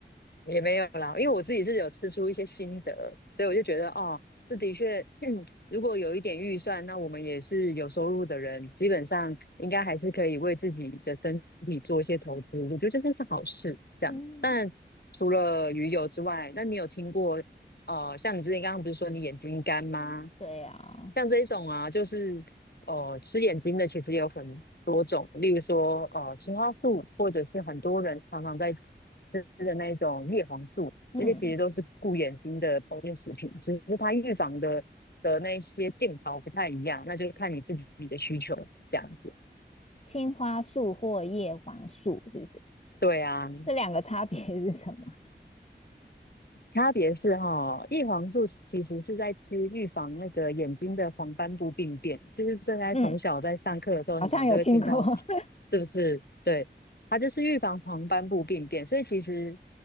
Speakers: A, on the left (about 60°); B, on the left (about 35°).
A: 也没有啦，因为我自己是有吃出一些心得，所以我就觉得哦，这的确，嗯如果有一点预算，那我们也是有收入的人，基本上应该还是可以为自己的身体做一些投资。我觉得这真是好事。这样，
B: 嗯
A: 当然除了鱼油之外，那你有听过呃，像你之前刚刚不是说你眼睛干吗？
B: 对啊，
A: 像这一种啊，就是呃吃眼睛的，其实也有很多种，例如说呃青花素，或者是很多人常常在吃的那一种叶黄素，
B: 嗯，
A: 这些其实都是顾眼睛的保健食品，只是它预防的的那一些镜头不太一样，那就看你自己的需求这样子。
B: 青花素或叶黄素是不是？
A: 对啊，
B: 这两个差别是什么？
A: 差别是哈、叶黄素其实是在吃预防那个眼睛的黄斑部病变，就是正在从小在上课的时候，
B: 嗯好像有听过。
A: 很常就会听到，
B: <laughs>
A: 是不是？对，它就是预防黄斑部病变，所以其实，